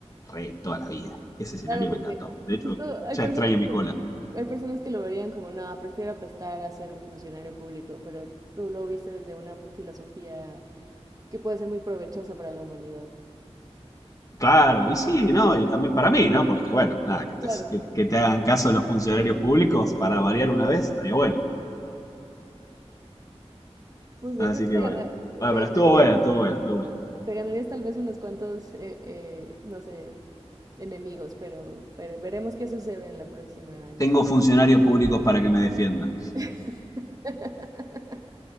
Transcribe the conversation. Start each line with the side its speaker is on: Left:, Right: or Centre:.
Left: re toda la vida. Ese escenario
Right: Claro, porque
Left: me encantó. De hecho,
Right: justo hay
Left: ya
Right: personas
Left: extraño mi
Right: que,
Left: cola.
Right: hay personas que lo verían como, no, prefiero apestar a ser un funcionario público, pero tú lo viste desde una filosofía que puede ser muy provechosa para la humanidad.
Left: Claro, y sí, no, y también para mí, ¿no? Porque bueno, nada, que te,
Right: Claro,
Left: que, que te hagan caso los funcionarios públicos para variar una vez estaría bueno.
Right: muy bien,
Left: Así
Right: creo que
Left: que
Right: te gana-
Left: bueno. Bueno,
Right: te
Left: pero
Right: ganarías,
Left: estuvo bueno, estuvo bueno, estuvo bueno.
Right: te ganarías tal vez unos cuantos, eh, eh, no sé, enemigos, pero, pero veremos qué sucede en la próxima emisión.
Left: Tengo funcionarios públicos para que me defiendan.
Right: <laughs>